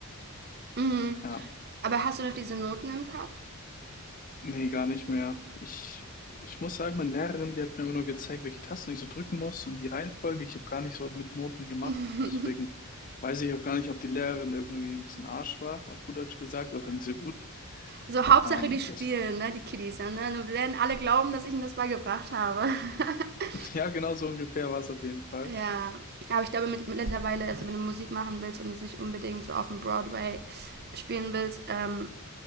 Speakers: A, on the right (about 45°); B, on the left (about 40°).
A: Mhm.
B: Ja.
A: Aber hast du noch diese Noten im Kopf?
B: Nee, gar nicht mehr. Ich, ich muss sagen, meine Lehrerin, die hat mir immer nur gezeigt, welche Tasten ich so drücken muss und die Reihenfolge. Ich habe gar nicht so mit Noten gemacht.
A: <laughs>
B: Deswegen weiß ich auch gar nicht, ob die Lehrerin irgendwie ein bisschen Arsch war, auf gut Deutsch gesagt, oder nicht so gut.
A: so Hauptsache
B: Ähm,
A: die spielen,
B: das,
A: ne? Die Kiddies, ne? Dann werden alle glauben, dass ich ihnen das beigebracht habe. <laughs>
B: <laughs> ja, genau so ungefähr war es auf jeden Fall.
A: Ja, aber ich glaube mit, mit mittlerweile, also wenn du Musik machen willst und jetzt nicht unbedingt so auf dem Broadway spielen willst, ähm,